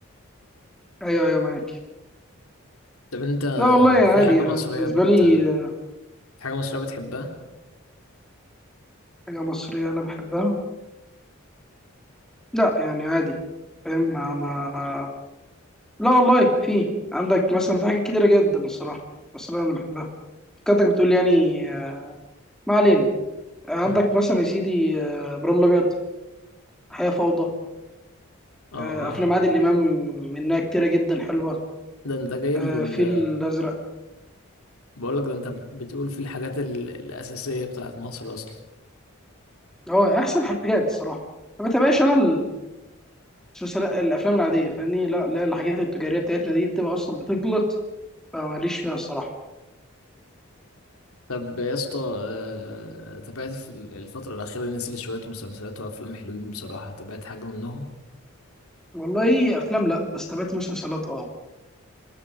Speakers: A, in the centre; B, on the left (about 85°).
A: أيوه أيوه معاك
B: طب انت
A: لا والله
B: في
A: عادي
B: حاجة مصرية
A: أنا بالنسبة
B: بت...
A: لي آه،
B: في حاجة مصرية بتحبها؟
A: حاجة مصرية أنا بحبها لا يعني عادي فاهم أنا لا والله في عندك مثلا في حاجات كتيرة جدا الصراحة بس أنا بحبها كنتك بتقول يعني آه، ما علينا آه، عندك
B: <laughs>
A: مثلا يا سيدي آه، إبراهيم الأبيض حياة فوضى
B: اه
A: آه، أفلام عادل إمام منها كتيرة جدا حلوة
B: ده انت جاي
A: آه،
B: لل
A: الفيل الأزرق
B: بقول لك ده انت بت- بتقول في الحاجات ال- الاساسيه بتاعت مصر اصلا
A: هو أحسن حاجات الصراحة ما بتابعش أنا المسلسلات الأفلام العادية فاهمني لا لا الحاجات التجارية بتاعتنا دي بتبقى أصلا بتغلط فماليش فيها الصراحة
B: طب يا اسطى آه، تابعت في ال- الفتره الاخيره نزل شويه مسلسلات وافلام حلوين بصراحه تابعت حاجه منهم
A: والله أفلام لا بس تابعت مسلسلات أه